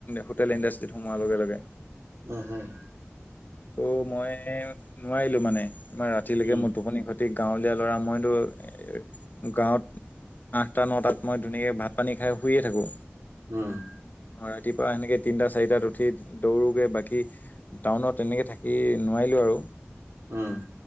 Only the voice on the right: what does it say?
উ হয়
উম
উম!
উম!